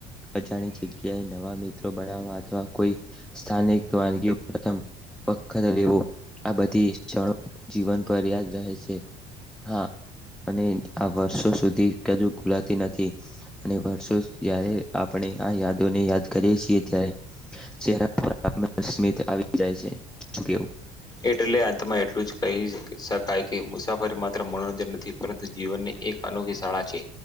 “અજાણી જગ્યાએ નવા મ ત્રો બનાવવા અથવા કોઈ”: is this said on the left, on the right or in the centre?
Centre